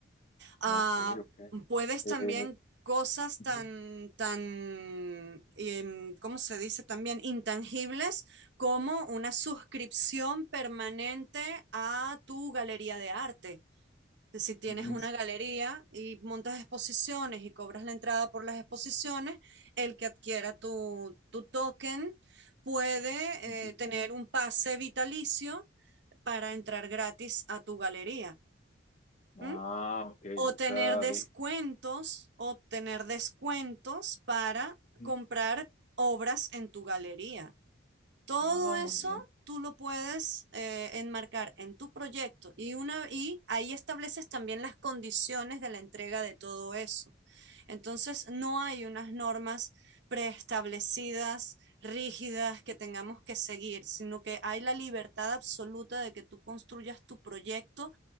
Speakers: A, on the right (about 60°); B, on the left (about 35°).
A: Ah,
B: Ok, ok.
A: puedes
B: Eh,
A: también cosas
B: ujú,
A: tan, tan, em, ¿cómo se dice? También intangibles como una suscripción permanente a tu galería de arte. Si tienes
B: ujú.
A: una galería y montas exposiciones y cobras la entrada por las exposiciones, el que adquiera tu, tu token puede
B: Ujú.
A: eh, tener un pase vitalicio para entrar gratis a tu galería.
B: Ah,
A: ¿Mm?
B: ok.
A: O
B: O
A: tener
B: sea,
A: descuentos,
B: di-
A: obtener descuentos para
B: ujú.
A: comprar obras en tu galería. Todo
B: Ah,
A: eso
B: muy bien.
A: tú lo puedes eh, enmarcar en tu proyecto y, una, y ahí estableces también las condiciones de la entrega de todo eso. Entonces, no hay unas normas preestablecidas, rígidas, que tengamos que seguir, sino que hay la libertad absoluta de que tú construyas tu proyecto